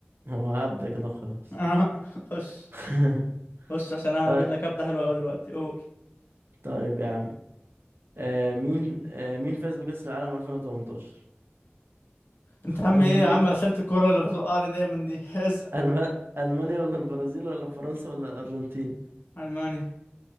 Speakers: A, on the right; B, on the left.
A: هو هبدأ كده خلاص
B: آه. <laughs> خش
A: <laughs>
B: خش عشان انا
A: طيب
B: هبيد لك هبدة حلوة قوي دلوقتي قول
A: طيب يا عم آه مين آه مين فاز بكأس العالم 2018
B: انت
A: <laughs>
B: عم
A: ألمانيا
B: ايه يا عم اسئلة الكورة اللي بتوقعني دايما دي <laughs> اسأل
A: ألم... ألمانيا ولا البرازيل ولا فرنسا ولا الأرجنتين
B: المانيا